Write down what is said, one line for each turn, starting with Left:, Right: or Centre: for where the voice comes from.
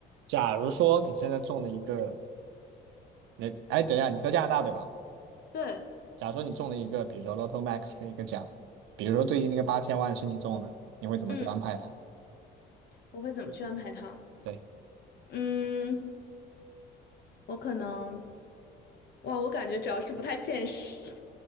Right: 假如说你现在中了一个，你哎，等一下，你在加拿大对吧？
Left: 对，
Right: 假如说你中了一个，比如说 Lotto Max 的一个奖，比如说最近那个八千万是你中的，你会怎么去安排它？
Left: 嗯，我会怎么去安排它？
Right: 对，
Left: 嗯，我可能，哇，我感觉主要是不太现实。